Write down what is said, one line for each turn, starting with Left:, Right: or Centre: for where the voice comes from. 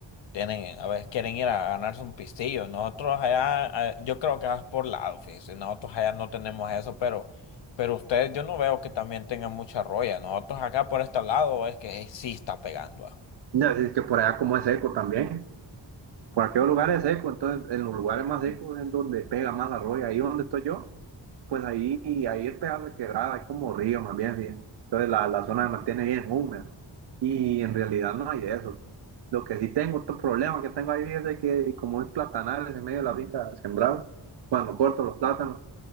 Left: Tienen, a veces quieren ir a ganarse un pistillo. Nosotros allá, eh, yo creo que vas por lado, fíjese. Nosotros allá no tenemos eso, pero, pero ustedes, yo no veo que también tengan mucha roya. Nosotros acá por este lado es que eh, sí está pegando. ah.
Right: No, es que por allá como es eco también. Por aquellos lugares secos, entonces en los lugares más secos es donde pega más la roya. Ahí donde estoy yo, pues ahí, ahí es pedazo de quebrada, hay como río más bien. ¿sí? Entonces la, la zona se mantiene bien húmeda. Y en realidad no hay de eso. Lo que sí tengo, otro problema que tengo ahí es de que como es platanales en medio de la finca sembrado, cuando corto los plátanos,